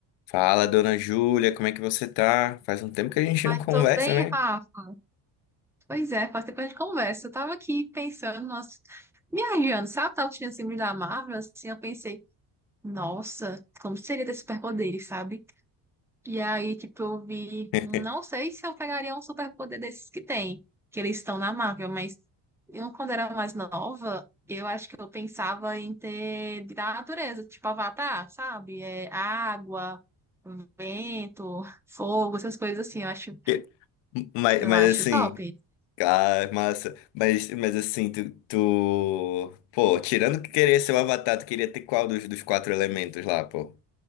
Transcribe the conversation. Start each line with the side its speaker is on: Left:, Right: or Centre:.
Left: Fala, dona Júlia, como é que você tá? Faz um tempo que a gente
Centre: Ai,
Left: não conversa,
Centre: tô bem,
Left: né?
Centre: Rafa. Pois é, faz tempo que a gente conversa. Eu tava aqui pensando, nossa, viajando, sabe? Eu tava assistindo esse filme da Marvel, assim, eu pensei, nossa, como seria ter superpoderes, sabe? E aí, tipo, eu vi,
Left: <laughs>
Centre: não sei se eu pegaria um superpoder desses que tem, que eles estão na Marvel, mas eu, quando era mais nova, eu acho que eu pensava em ter da natureza, tipo Avatar, sabe? É água, vento, fogo, essas coisas assim, eu acho,
Left: Que- Mas,
Centre: eu
Left: mas
Centre: acho
Left: assim,
Centre: top.
Left: ah, massa. Mas, mas assim, tu, tu. Pô, tirando que queria ser o Avatar, tu queria ter qual dos, dos quatro elementos lá, pô?